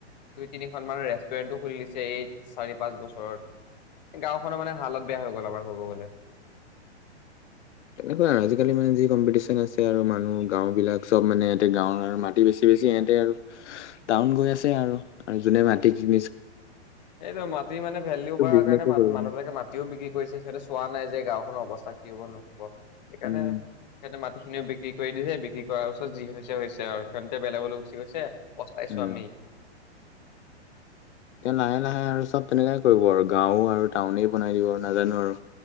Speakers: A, on the left; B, on the left.
A: দুই তিনি খন মান ৰেষ্টুৰেণ্টো খুলি দিছে। এই চাৰি পাঁচ বছৰত গাওঁ খনৰ মানে হালত বেয়া হৈ গ'ল আমাৰ ক'ব গ'লে।
B: তেনেকোৱাই আৰু আজি কালি মানে যি কম্পিটিচন হৈছে। আৰু মানুহ গাওঁ বিলাক চব মানে সিহঁতে গাঁওৰ আৰু মাটি বেছি বেছি সিহঁতে আৰু টাউন গৈ আছে আৰু আৰু যোনে মাটি কিনিছে।
A: এইটো মাটি মানে বেলিও বঢ়াৰ
B: বিজনেছে
A: কাৰণে ম
B: কৰিব
A: মানুহ
B: ন
A: বিলাকে মাটিও বিক্ৰী কৰিছে সিহঁতে চোৱা নাই যে গাঁওখনৰ অৱস্থা দিব নহ'ব সেইকাৰণে
B: উম
A: সিহঁতে মাতি সেইখিনিও বিক্ৰী কৰি দিছে বিক্ৰী কৰাৰ পিছত যি হৈছে হৈছে আৰু সেইখন এতিয়া বেলেগলৈ গুচি গৈছে পস্তাইছোঁ
B: উম
A: আমি
B: এতিয়া লাহে লাহে আৰু চব তেনেকাই কৰিব আৰু গাঁও আৰু টাউনেই বনাই দিব আৰু নাজানো আৰু